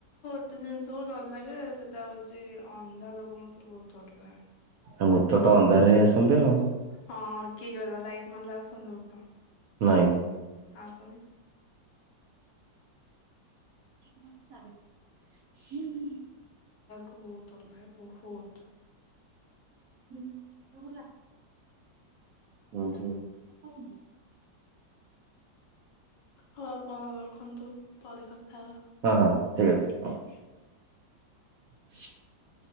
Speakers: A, on the left (about 75°); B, on the right (about 65°).
A: ତ ଜିନିଷ କୁ ଡର ଲାଗେ ସେଟା ହଉଚି ଅନ୍ଧାରକୁ ମୋତେ ବହୁତ ଡର ଲା
B: ଆଉ ଭୂତ ତ ଅନ୍ଧାରରେ ହିଁ ଆସନ୍ତି ଆଉ।
A: ହଁ କିଏ କହିଲା ଲାଇଟ ମାରିଲେ ଆସନ୍ତି ଭୁତ।
B: ନାଇଁ।
A: ଆ ପୁଣି
B: ହୁଁ।
A: ଖୁ-କହୁତ ଡର ଲାଗେ ବହୁତ।
B: <inaudible> ହେଲା। ହୁଁ ହୁଁ ।
A: ହଁ ଅପା ରଖନ୍ତୁ, ପରେ କଥା ହେବା
B: ହଁ ହଁ ଠିକ୍ ଅଛି।
A: ।
B: <unintelligible>